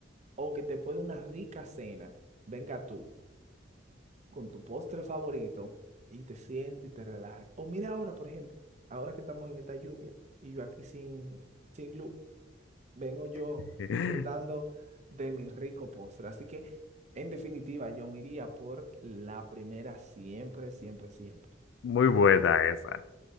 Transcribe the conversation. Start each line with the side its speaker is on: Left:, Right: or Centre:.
Right: O que después de una rica cena, venga tú con tu postre favorito y te sientes y te relajes. O mira ahora, por ejemplo, ahora que estamos en esta lluvia y yo aquí sin, sin luz vengo yo
Left: <laughs>
Right: disfrutando de mi rico postre. Así que, en definitiva, yo me iría por la primera siempre, siempre, siempre.
Left: Muy buena esa.